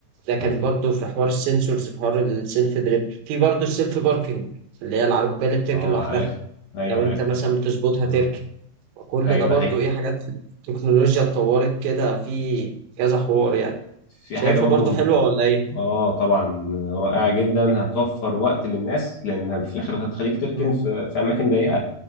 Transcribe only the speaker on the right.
لكن
برضو في حوار السنسورز في حوار السيلف دريب في برضو السيلف باركنج اللي هي العربية اللي بتركن
لوحدها
لو
انت مثلا بتظبطها
تركن وكل
ده برضو
ايه حاجات في التكنولوجيا اتطورت كده في كذا حوار يعني
شايفها
برضو حلوة
ولا ايه؟
مم.